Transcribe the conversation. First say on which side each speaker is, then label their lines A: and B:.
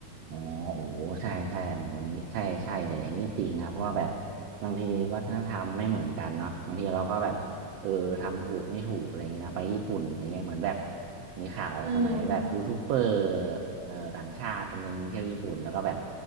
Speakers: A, on the right (about 65°); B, on the right (about 45°).
A: อ๋อโอ้ใช่ใช่โอ้โหวันนี้ใช่ใช่เลยอันนี้จริงครับเพราะว่าแบบบางทีวัฒนธรรมไม่เหมือนกันเนาะบางทีเราก็แบบเออทำถูกไม่ถูกอะไรอย่างเงี้ยนะไปญี่ปุ่นอย่างเงี้ยเหมือนแบบมีข่าวสมัยแบบยูทูบเบอร์
B: อืม
A: เอ่อต่างชาติคนหนึ่งเที่ยวญี่ปุ่นแล้วก็แบบ